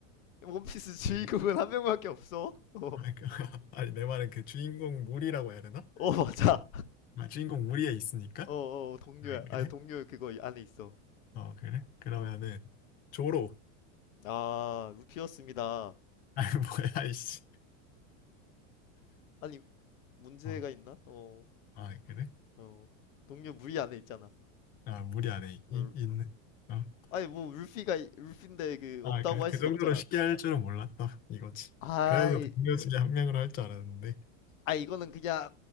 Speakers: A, on the left; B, on the left.
A: 원피스 주인공은
B: 그,
A: 한 명밖에 없어. 어,
B: 아, 그, <laughs> 아니, 내 말은 그 주인공 무리라고 해야 되나?
A: 어, 맞아.
B: 아, 주인공 무리에 있으니까?
A: 어, 어, 동료야.
B: 아, 그래?
A: 아, 동료 그거 안에 있어.
B: 어, 그래? 그러면은,
A: 어,
B: 조로.
A: 아, 루피였습니다.
B: <laughs> 아, 뭐야, 이씨.
A: 아니, 문제가
B: 어,
A: 있나? 어,
B: 아, 그래?
A: 어, 동료 무리 안에 있잖아.
B: 아, 무리 안 해. 이,
A: 어,
B: 있는. 어.
A: 아니, 뭐, 루피가, 루피인데 그,
B: 아,
A: 없다고
B: 그래?
A: 할
B: 그
A: 순
B: 정도로
A: 없잖아.
B: 쉽게 할 줄은 몰랐다. 이거지.
A: 아이,
B: 그래도 동료 중에 한 명으로 할 줄 알았는데.
A: 아 이거는 그냥